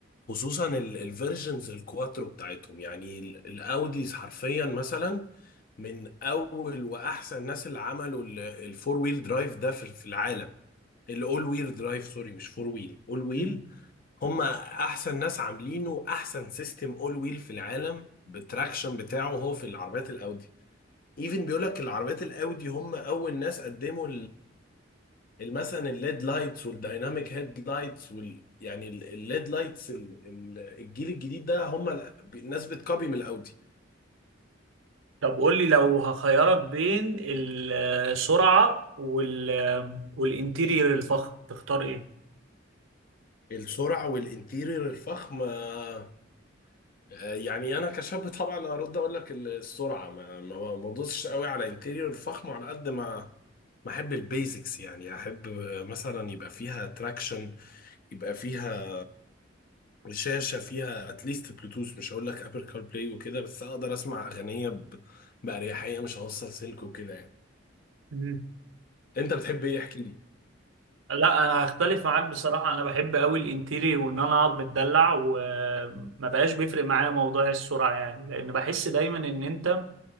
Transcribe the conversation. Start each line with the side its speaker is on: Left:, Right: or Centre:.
Left: خصوصا الفيرجنز الكواترو بتاعتهم يعني ال- الاوديز حرفيا مثلا من اول واحسن الناس اللي عملوا الفور ويل درايف ده في في العالم الاول ويل درايف سوري مش فور ويل اول ويل
Right: مم.
Left: هم احسن ناس عاملينه احسن سيستم اول ويل في العالم بالتراكشن بتاعه هو في العربيات الاودي ايفن بيقول لك العربيات الاودي هم اول ناس قدموا مثلا الليد لايتس والدايناميك هيد لايتس وال يعني ال- الليد لايتس ال- ال- الجيل الجديد ده هم ال- الناس بتكوبي من الاودي
Right: طب قول لي لو هخيرك بين السرعه وال والانتيرير الفخم تختار ايه
Left: السرعه والانتيرير الفخم آه، آه، يعني انا كشاب طبعا هرد اقول لك ال- السرعه ما ما ما بدوسش قوي على انتيرير الفخم على قد ما ما احب البيزكس يعني احب آه، مثلا يبقى فيها تراكشن يبقى فيها وشاشه فيها اتليست بلوتوث مش هقول لك ابل كار بلاي وكده بس اقدر اسمع اغنيه ب... باريحيه مش هوصل سلك وكده يعني
Right: مم.
Left: انت بتحب ايه احكي لي
Right: لا انا هختلف معاك بصراحه انا بحب قوي الانتيري وان انا اقعد متدلع وما بقاش بيفرق معايا موضوع السرعه يعني لان بحس دايما ان انت